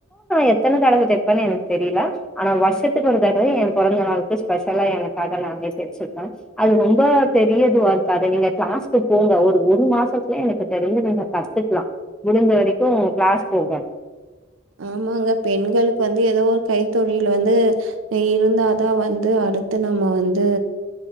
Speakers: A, in the centre; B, on the right (about 75°).
A: எத்தன தடவ தெப்பனு எனக்கே தெரில ஆனா வருஷத்துக்கு கத்துக்கறதாக ஏ பெறந்த நாளுக்கு ஸ்பெஷலா எனக்காக நா தைச்சுபே அது ரொம்ப பெரியதுவா இருக்க அத நீங்க கிளாஸ்க்கு போங்க ஒரு ஒரு மாசத்துல எனக்கு தெரிஞ்ச நீங்க கத்துக்கலா முடிஞ்ச வரைக்கு கிளாஸ் போங்க
B: ஆமாங்க பெண்களுக்கு வந்து ஏதோ ஒரு கைத்தொழில் வந்து இருந்தாதா வந்து அடுத்து நம்ம வந்து